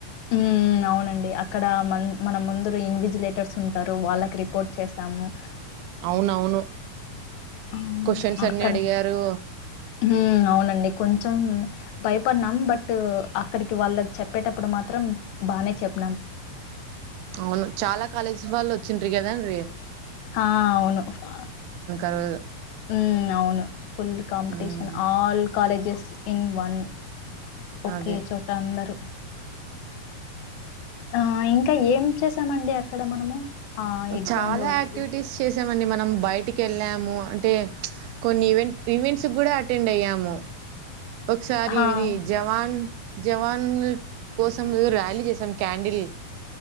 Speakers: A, on the left (about 80°); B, on the right (about 85°).
A: ఉమ్మ్ ఊ అవునండి అక్కడ మ మన ముందు ఇన్విజిలేటర్స్ ఉంటరు వాళ్ళకి రిపోర్ట్ చేసాము
B: అవునవును
A: ఆ
B: క్వశ్చన్స్ అన్ని
A: అక్కడ
B: అడిగారు
A: ఉమ్మ్ అవునండి కొంచెం భయపడ్నాం బట్ అక్కడికి వాళ్ళకి చెప్పేటప్పుడు మాత్రం బానే చెప్
B: అవును చాలా కాలేజీ వాళ్ళు ఓచ్చిండ్ర గదా రె
A: ఆ అవును ఆ
B: ఆ రోజు
A: ఊ అవును full competition
B: um
A: all colleges in one ఒకే
B: అదే
A: చోట అందరు ఆ ఇంక ఏం చేసామండి అక్కడ మనము ఆ ఎగ్జామ్
B: చాలా
A: రోజు.
B: యాక్టివిటీస్ చేసామండి మనం బయటికి ఎళ్ళాము అంటే కొన్ని ఈవెంట్ ఈవెంట్స్ గుడ అటెండ్ అయ్యమూ ఒకసారి
A: ఆ!
B: ఇది జవాన్ జవాన్ కోసం ర్యాలీ జెసాం క్యాండిల్